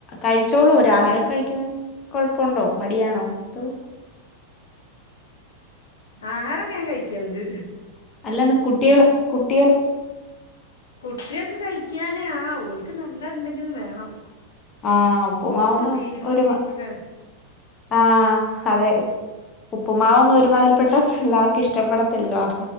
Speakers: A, on the left (about 25°); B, on the left (about 65°).
A: കഴിച്ചോളൂ ഒരു ആഹാരക്കെ കഴിക്കുന്നതിന് കൊഴപ്പുണ്ടോ മടിയാണോ. അതോ
B: ആഹാരൊക്കെ ഞാൻ കഴിക്കല്ണ്ട്.
A: അല്ലന്ന് കുട്ടികള കുട്ടികൾ.
B: കുട്ട്യേക്ക് കഴിക്കാന് ആ ഓൽക്ക് നല്ല എന്തെങ്കിലും വേണം.
A: ആഹ് ഉപ്പുമാവൊന്നു
B: ഓൽക്ക് ബീഫും
A: ഒരു
B: ചിക്കൻ
A: ആഹ് അതെ. ഉപ്പുമാവന്നും ഒരുമാതിരിപ്പെട്ട പിള്ളാർക്ക് ഇഷ്ടപ്പെടത്തില്ലല്ലോ അത്.